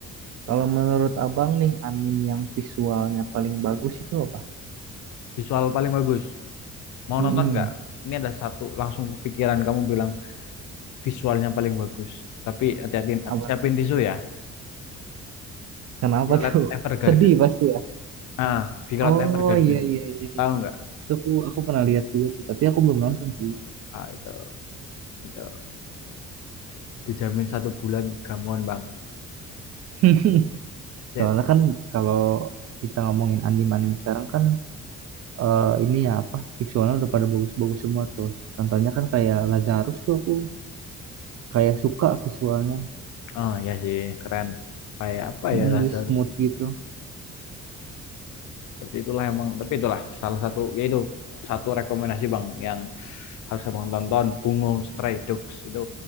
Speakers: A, on the left; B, on the right.
A: Tuh.
B: Kalau menurut abang nih, anime yang visualnya paling bagus itu apa?
A: Visual paling bagus. Mau
B: Mm-mm.
A: nonton nggak? Ini ada satu langsung kepikiran kamu bilang visualnya paling bagus. Tapi hati-hati,
B: Apa
A: siapin
B: tuh?
A: tisu ya.
B: Kenapa
A: Violet
B: tuh?
A: Evergarden.
B: <laughs> Sedih pasti ya?
A: Ah, Violet
B: Oh,
A: Evergarden.
B: iya, iya, iya,
A: Tahu nggak?
B: Itu aku aku pernah lihat juga tuh, tapi aku belum nonton sih.
A: Ah, itu itu dijamin satu bulan gamon bang.
B: <laughs>
A: Shit.
B: Soalnya kan kalau kita ngomongin anime-anime sekarang kan eh, ini ya apa visualnya udah pada bagus-bagus semua tuh. Contohnya kan kayak Lazarus tuh aku kayak suka visualnya,
A: Oh ya sih, keren. Kayak apa
B: Mm,
A: ya Lazarus?
B: di smooth gitu.
A: Seperti itulah emang. Tapi itulah salah satu yaitu satu rekomendasi bang yang harus abang tonton. Bungo Stray Dogs itu